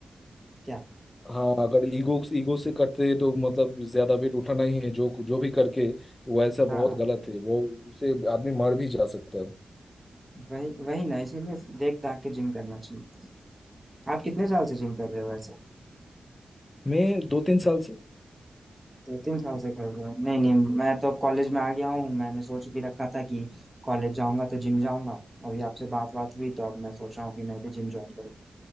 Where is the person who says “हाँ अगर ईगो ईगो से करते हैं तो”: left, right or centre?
Left